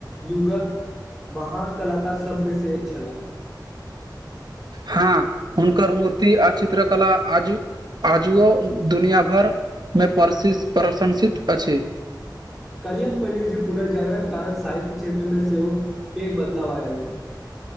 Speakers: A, in the centre; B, on the right.
A: युगक महान कलाकार सभमेसँ एक छलाह
B: हँ हुनकर मूर्ति आ चित्रकला आजुक आजुओ दुनिआ भरिमे प्रसि प्रशंसित अछि
A: कलियम पलू जे पुनर्जागरण कारण साहित्य क्षेत्रमें सेहो पेघ बदलाव आयल <unintelligible>